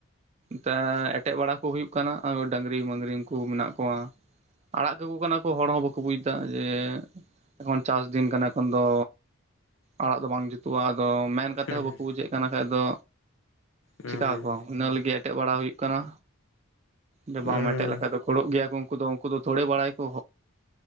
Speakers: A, on the right (about 30°); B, on the left (about 65°).
A: ᱛᱟᱻ ᱮᱴᱮᱫ ᱵᱟᱲᱟ ᱠᱚ ᱦᱩᱭᱩᱜ ᱠᱟᱱᱟ ᱟᱨᱚ ᱰᱟᱹᱝᱨᱤ ᱢᱟᱹᱝᱨᱤ ᱩᱱᱠᱩ ᱢᱮᱱᱟᱜ ᱠᱚᱣᱟ᱾ ᱟᱲᱟᱜ ᱠᱟᱠᱚ ᱠᱟᱱᱟ ᱠᱚ ᱦᱚᱲ ᱦᱚᱸ ᱵᱟᱠ ᱠᱚ ᱵᱩᱡ ᱮᱫᱟ ᱡᱮ, ᱮᱠᱷᱚᱱ ᱪᱟᱥ ᱫᱤᱱ ᱠᱟᱱᱟ ᱮᱠᱷᱚᱱ ᱫᱚ᱾ ᱟᱲᱟᱜ ᱫᱚ ᱵᱟᱝ ᱡᱩᱛᱩᱜ-ᱟ ᱟᱫᱚ ᱢᱮᱱ᱾ ᱠᱟᱛᱮ
B: ᱦᱩᱸ
A: ᱦᱚᱸ ᱵᱟᱠᱚ ᱵᱩᱡᱷᱮᱫ ᱠᱟᱱᱟ ᱠᱷᱟᱡ ᱫᱚ
B: ᱦᱩᱸ
A: ᱪᱮᱠᱟ ᱟᱠᱚ ᱤᱱᱟᱹ ᱞᱟᱹᱜᱤᱫ ᱮᱴᱮᱫ ᱵᱟᱲᱟ ᱦᱩᱭᱩᱜ ᱠᱟᱱᱟ᱾ ᱡᱮ
B: ᱦᱩᱸ
A: ᱵᱟᱢ ᱮᱴᱮᱫ ᱞᱮᱠᱷᱟᱡ ᱫᱚ ᱜᱩᱲᱚᱜ ᱜᱮᱭᱟᱠᱚ ᱩᱱᱠᱩ ᱫᱚ ᱩᱱᱠᱩ ᱫᱚ ᱛᱷᱚᱲᱮ ᱵᱟᱲᱟᱭ ᱟᱠᱚ᱾